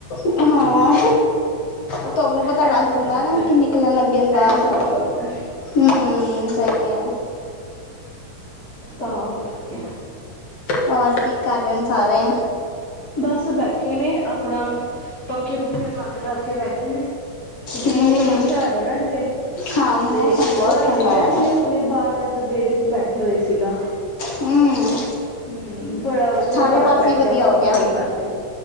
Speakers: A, on the left (about 70°); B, on the left (about 40°).
A: ਅ ਹਾਂ ਤੁਹਾਨੂੰ ਪਤਾ
B: ਐ
A: ਲੱਗ ਜਾਂਦਾ
B: ਹੁੰਦਾ
A: ਏ ਨਾ
B: ਫਿਰ।
A: ਕਿ ਨਿਕਲਨ ਲੱਗੇ ਨੇ ਬਾਹਰ
B: ਐ ਹਿਸਾਬ ਬਣਦਾ
A: ਹੂੰ ਸਹੀ ਹੈ।
B: ਤਾਂ ਕਰਕੇ
A: ਹੋਰ ਕੀ ਕਰ ਰਹੇ ਨੇਂ ਸਾਰੇ।
B: ਬਸ ਬੈਠੇ ਨੇ ਆਪਣਾ ਪੱਖੇ ਪੁੱਖੇ ਬੰਦ ਕਰਕੇ ਬੈਠੇ ਨੇ ਕਿਉਂਕਿ
A: ਹਮ
B: ਮੌਸਮ ਅੱਛਾ ਹੋਇਆ ਦਾ ਨਾ ਇੱਥੇ।
A: ਹਾਂ ਮੌਸਮ
B: ਤੇ
A: ਬਹੁਤ
B: ਰਾਤੀ
A: ਠੰਡਾ
B: ਤੇ
A: ਹੈ
B: ਅਸੀ
A: ਉਹਦਾ
B: ਆਪਣੇ ਬਾਹਰ ਇੱਥੇ ਵੇਹੜੇ ਚ ਈ ਬੈਠੇ ਹੋਏ ਸੀਗਾ
A: ਹਮ
B: ਹੂੰ ਬੜਾ ਵਧੀਆ
A: ਸਾਰੇ
B: ਬਾਹਰ
A: ਪਾਸੇ
B: ਬੈ
A: ਹੀ ਵਧੀਆ
B: ਕੇ ਆਪਾਂ
A: ਹੋ
B: ਸੋਚ
A: ਗਿਆ
B: ਖਾਦੀ